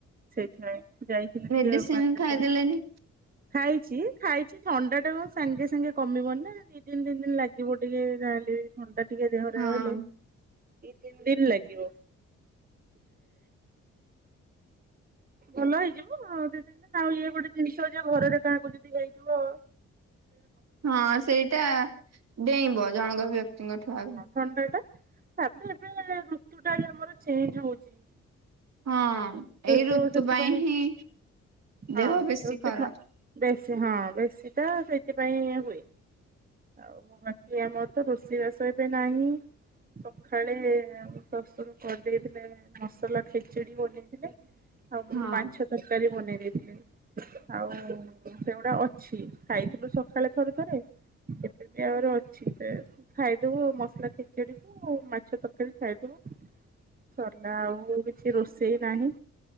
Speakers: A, on the right; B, on the right.
A: ସେଇଥିପାଇଁ। ଯାଇଥିଲି
B: ମେଡିସିନ
A: ଟିକେ ମାର୍କେଟ
B: ଖାଇଦେଲେନି।
A: ଯାଇଥିଲି। ଖାଇଛି, ଖାଇଛି ଥଣ୍ଡାଟା କଣ ସାଙ୍ଗେ ସାଙ୍ଗେ କମିବନି ନା। ଦି ତିନି ଦିନ୍ ତିନ ଦିନ୍ ଲାଗିବ ଟିକେ ଯାହେଲେ ଥଣ୍ଡା ଟିକେ ଦେହରେ
B: ହଁ।
A: ରହିଲେ। ଦି ତିନି ଦିନ ଲାଗିବ। ଭଲ ହେଇଯିବ ଆଉ ଦି ଦିନ। <inaudible> ଆଉ ଇଏ ଗୋଟେ ଜିନିଷ ଯେ ଘରେ <inaudible> କାହାକୁ ଯଦି ହେଇଯିବ
B: ହଁ ସେଇଟା ଡେଇଁବ ଜଣଙ୍କ ବ୍ୟକ୍ତିଙ୍କଠୁ ଆଉ
A: ଥଣ୍ଡାଟା ତାପରେ ଏବେ ଋତୁଟା ବି ଆମର ଚେଞ୍ଜ୍ ହଉଛି।
B: ହଁ ଏଇ
A: ତ
B: ଋତୁ
A: ସେଥିପାଇଁ
B: ପାଇଁ ହିଁ
A: ହଁ
B: ଦେହ ବେଶୀ
A: ରୁଟି
B: ଖରାପ।
A: ମା ବେଶୀ ହଁ ବେଶୀ ତ ସେଇଥିପାଇଁ ହୁଏ। ଆଉ ବାକି ଆମର ତ ରୋଷେଇବାସ ଏବେ ନାହିଁ। ସଖାଳେ-ଏ-ଏ ଶଶୁର କରିଦେଇଥିଲେ ମସଲା ଖେଚିଡି ବନେଇଥିଲେ। ଆଉ ମୁଁ
B: ହଁ।
A: ମାଛ ତରକାରୀ ବନେଇ ଦେଇଥିଲି। ଆଉ ସେଗୁଡା ଅଛି ଖାଇଥିଲୁ ସକାଳେ ଥରେ ଥରେ ଏବେବି ଆହୁରି ଅଛି ସେୟାକୁ ଖାଇଦେବୁ ମସଲା ଖେଚେଡି। ମାଛ ତରକାରୀ ଖାଇଦବୁ, ସରିଲା ଆଉ କିଛି ରୋଷେଇ ନାହିଁ।